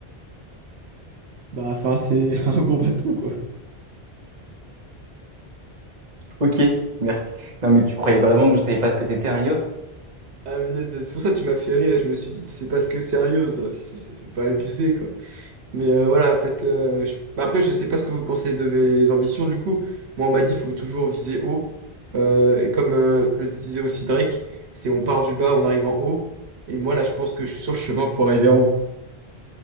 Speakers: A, on the right; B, on the right.
A: Bah, enfin, c'est <laughs> un gros bateau, quoi.
B: Ok, merci. Non, mais tu croyais vraiment que je savais pas ce que c'était un yacht?
A: Ah, punaise, c'est pour ça que tu m'as fait rire. Je me suis dit, tu sais pas ce que sérieux, toi. C'est- c'est- faut pas abuser, quoi. Mais euh, voilà, en fait, euh, je- mais après, je sais pas ce que vous pensez de mes ambitions, du coup. Moi, on m'a dit, faut toujours viser haut. Euh, et comme euh, le disait aussi Drake, c'est on part du bas, on arrive en haut. Et moi, là, je pense que je suis sur le chemin pour arriver en haut.